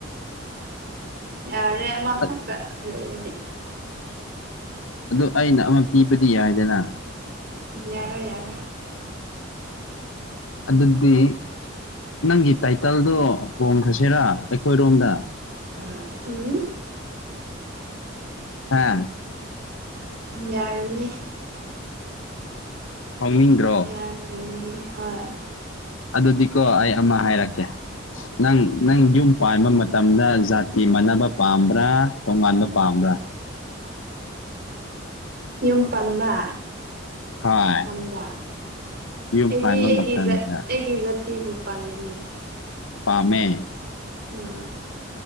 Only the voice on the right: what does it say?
ꯌꯥꯔꯦ ꯑꯃꯈꯛꯇ
ꯂꯩꯔꯗꯤ
ꯌꯥꯔꯣꯏ ꯌꯥꯔꯣꯏ
ꯎꯝ
ꯌꯥꯔꯤꯅꯤ
ꯌꯥꯔꯅꯤ ꯍꯣꯏ
ꯌꯨꯝ ꯄꯥꯟꯕ
ꯃꯇꯝꯗ
ꯑꯩꯗꯤ
ꯑꯩꯒꯤ
ꯖꯠ ꯑꯩꯒꯤ ꯖꯥꯇꯤꯕꯨ ꯄꯥꯟꯒꯅꯤ
ꯎꯝ